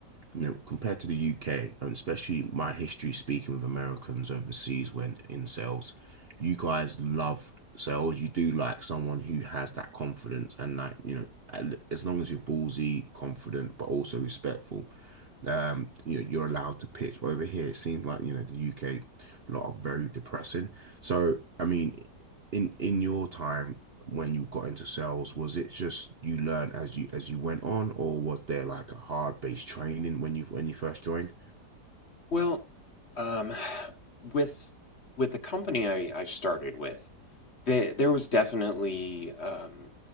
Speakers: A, on the right; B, on the left.
A: you know, compared to the UK, and especially my history speaking with Americans overseas when in sales, you guys love sales. You do like someone who has that confidence and like, you know, as long as you're ballsy, confident, but also respectful. Um, you know, you're allowed to pitch. But over here, it seems like, you know, the UK, a lot of very depressing. So, I mean, in in your time when you got into sales, was it just you learned as you as you went on, or was there like a hard-based training when you when you first joined?
B: Well, um, with with the company I, I started with, there there was definitely um,